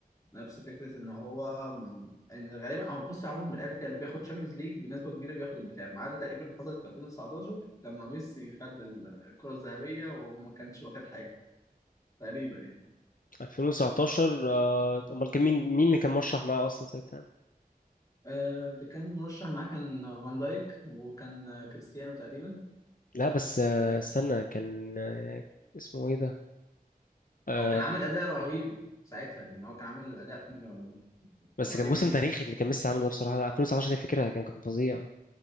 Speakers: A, on the left (about 20°); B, on the left (about 60°).
A: نفس فكرة إن هو م- إن غالبا أو بص عموما من الآخر كان اللي بياخد شامبيونز ليج بنسبة كبيرة بياخد البتاع ما عدا تقريبا حصلت في 2019 لما ميسي خد ال- الكرة الذهبية وما كانش واخد حاجة تقريبا يعني
B: 2019 آه، امال كان مين مين اللي كان مرشح معاه اصلا ساعتها
A: آه اللي كان مرشح معاه كان فان دايك وكان آه، كريستيانو تقريبا
B: لا بس آه،
A: كان
B: استنى كان آه، اسمه ايه ده آه،
A: هو كان عامل أداء رهيب ساعتها يعني هو كان عامل أداء م-
B: بس
A: رهيب
B: كان موسم
A: ميسي
B: تاريخي اللي كان ميسي عامله ده بصراحه لا 2019 دي فكرة كان كان فظيع